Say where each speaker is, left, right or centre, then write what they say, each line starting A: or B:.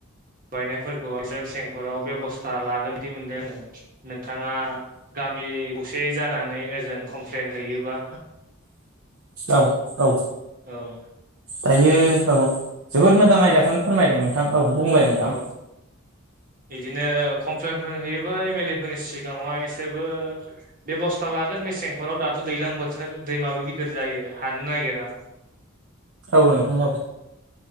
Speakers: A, on the right; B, on the right.
A: बायनायफोरखौ मेसेंफोराव बेब'स्था लागोनबादि मोनदों आङो नोंथाङा गामि खौसे जानानै ओजों खमफ्लेन हैयोबा
B: औ औ।
A: औ‌।
B: दायो <unintelligible> जोबोद मोजां आयदाखौनो फोरमायदों नोंथां। औ बुंलाय नोथां।
A: औ बिदिनो कमप्लेनफोर हैयोबाया एम एल ए फोरनि सिगाङाव इसोरबो बेब'स्था लागोन मेसेंफोराव दाथ' दैलां बोथोर दैमाबो गिदिर जायो हानो नागिरा।
B: औ नोंथां औ।